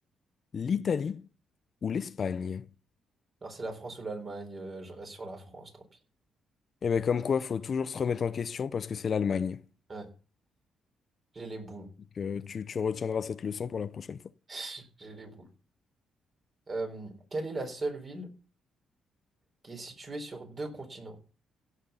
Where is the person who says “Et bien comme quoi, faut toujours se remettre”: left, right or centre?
Left